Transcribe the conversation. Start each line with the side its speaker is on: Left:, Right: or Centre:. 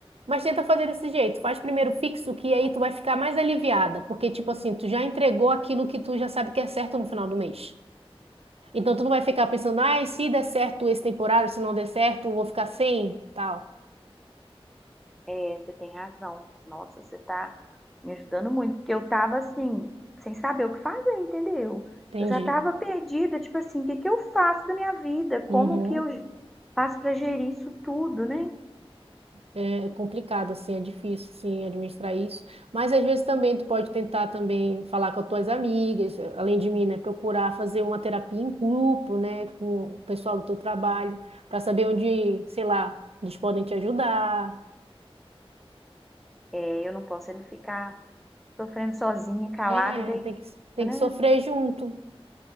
Right: Mas tenta fazer desse jeito. Faz primeiro fixo, que aí tu vai ficar mais aliviada, porque tipo assim, tu já entregou aquilo que tu já sabe que é certo no final do mês. Então tu não vai ficar pensando, ai, se der certo esse temporário, se não der certo, eu vou ficar sem, tal.
Centre: É, você tem razão. Nossa, você tá me ajudando muito, porque eu tava assim, sem saber o que fazer, entendeu?
Right: Entendi.
Centre: Eu já tava perdida, tipo assim, o que que eu faço da minha vida? Como
Right: Uhum.
Centre: que eu faço pra gerir isso tudo, né?
Right: É, é complicado, assim, é difícil, assim, administrar isso. Mas às vezes também tu pode tentar também falar com as tuas amigas, além de mim, né? Procurar fazer uma terapia em grupo, né? Com o pessoal do teu trabalho, para saber onde, sei lá, eles podem te ajudar.
Centre: É, eu não posso é ficar sofrendo sozinha, calada
Right: É,
Centre: e deitada,
Right: tem que, tem que
Centre: né?
Right: sofrer junto.